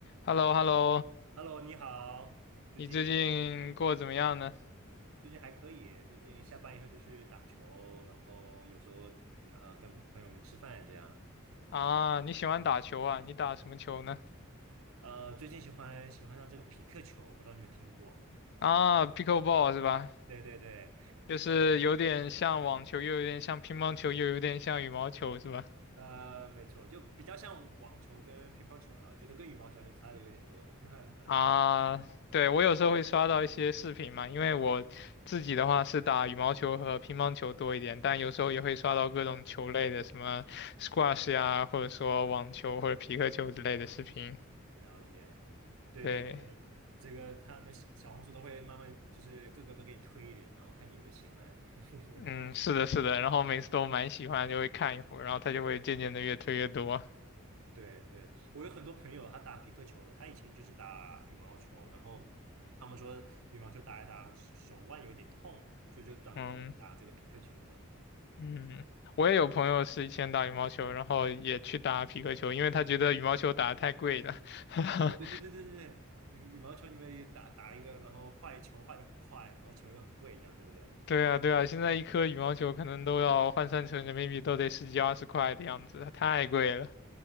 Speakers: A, on the left; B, on the right.
A: h e l l o h e l l o
B: Hello，你好，最近
A: 你最近过得怎么样呢？
B: 最近还可以，最近下班以后就去打球，然后有时候呃跟朋友们吃饭这样。
A: 啊，你喜欢打球啊？你打什么球呢？
B: 呃，最近喜欢喜欢上这个匹克球，不知道你们听过？
A: 啊，pickleball 是吧？
B: 对对对，
A: 就是有点像网球，又有点像乒乓球，又有点像羽毛球是吧？
B: 呃，没错，就比较像网球跟乒乓球了，我觉得跟羽毛球还是差的有点多了。
A: 啊，
B: <laughs> 对，
A: 对，我有时候会刷到一些视频嘛，因为我自己的话是打羽毛球和乒乓球多一点，但有时候也会刷到各种球类的，什么 squash 呀，或者说网球或者皮克球之类的视频。
B: 了解，对对对，
A: 对。
B: 这个他们小小红书都会慢慢就是各个都给你推一点，然后看你有没有喜欢。<laughs>
A: 嗯，是的，是的，然后每次都蛮喜欢，就会看一会儿，然后他就会渐渐的越推越多。
B: 对对，我有很多朋友，他打匹克球的，他以前就是打羽毛球，然后他们说羽毛球打一打手手腕有点痛，所以就转过来打这个匹克球了。
A: 嗯嗯，我也有朋友是以前打羽毛球，然后也去打匹克球，因为他觉得羽毛球打的太贵了。<laughs>
B: 哦，对对对对对，羽羽毛球你们也打打一个，然后坏球坏的很快，然后球又很贵，这样对不对？
A: 对啊，对啊，现在一颗羽毛球可能都要换算成人民币都得十几二十块的样子，太贵了。